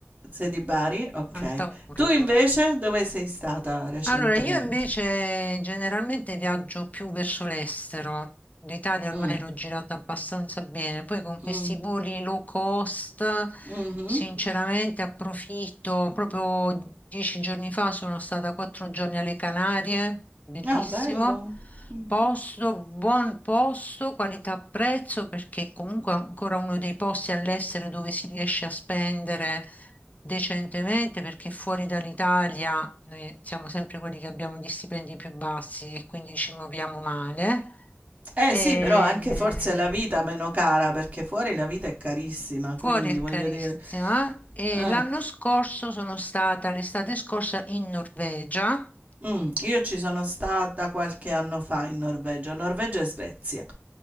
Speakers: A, on the right; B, on the left.
A: sei di Bari? Ok.
B: Altamura
A: Tu invece dove sei stata recentemente?
B: Allora, io invece generalmente viaggio più verso l'estero. L'Italia ormai
A: Mm,
B: l'ho girata abbastanza bene. Poi con questi
A: mm,
B: voli low cost,
A: mhm.
B: sinceramente approfitto. Proprio dieci giorni fa sono stata quattro giorni alle Canarie, bellissimo.
A: Ah, bello. Mhm.
B: Posto, buon posto, qualità prezzo, perché comunque è ancora uno dei posti all'estero dove si riesce a spendere decentemente perché fuori dall'Italia noi siamo sempre quelli che abbiamo gli stipendi più bassi e quindi ci muoviamo male.
A: Eh
B: E
A: sì, però anche forse la vita meno cara, perché fuori la vita è carissima,
B: fuori
A: quindi
B: è
A: voglio
B: carissima
A: dire...
B: e
A: eh,
B: l'anno scorso sono stata, l'estate scorsa, in Norvegia
A: mm, io ci sono stata qualche anno fa in Norvegia, Norvegia e Svezia.